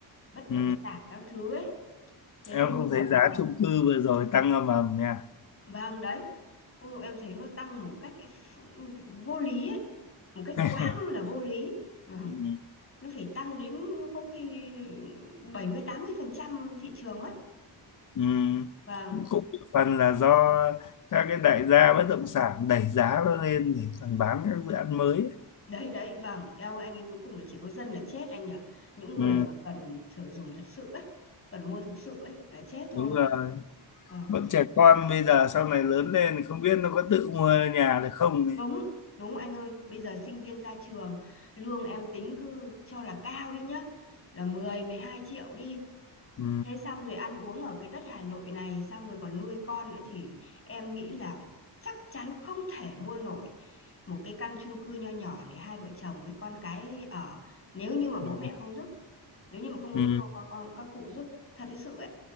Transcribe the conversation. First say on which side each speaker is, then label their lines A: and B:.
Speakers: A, on the left; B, on the left.
A: bất
B: Ừ.
A: động sản các thứ ấy thế
B: Em
A: thế nhưng
B: không thấy
A: mà bây
B: giá
A: giờ
B: chung cư vừa rồi tăng ầm ầm nha
A: vâng đấy Ôi, em thấy nó tăng một cách ph- vô lý ấy một cách
B: <laughs>
A: quá ư là vô lý Vâng,
B: ừ.
A: nó phải tăng đến có khi bảy mươi tám mươi phần trăm thị trường mất
B: Ừ.
A: Vâng,
B: cũng một phần là do các cái đại gia bất động sản đẩy giá nó lên để còn bán các dự án mới ấy.
A: đấy đấy, vâng, eo ơi, anh ấy cuối cùng là chỉ có dân là chết anh nhỉ. Những người
B: ừ.
A: mà cần sử dụng thật sự ấy, cần mua thực sự ấy là chết thôi.
B: đúng rồi
A: Vâng,
B: bọn trẻ con bây giờ sau này lớn lên thì không biết nó có tự mua nhà được không ấy.
A: đúng, đúng anh ơi, bây giờ sinh viên ra trường, lương em tính cứ cho là cao đi nhá, là mười mười hai triệu đi.
B: Ừ.
A: Thế xong rồi ăn uống ở cái đất Hà Nội này, xong rồi còn nuôi con nữa thì em nghĩ là chắc chắn không thể mua nổi một cái căn chung cư nho nhỏ để hai vợ chồng với con cái ở nếu như mà
B: Ừ.
A: bố mẹ không giúp. nếu như mà không
B: Ừ.
A: có, có, có các cụ giúp thật đấy sự ấy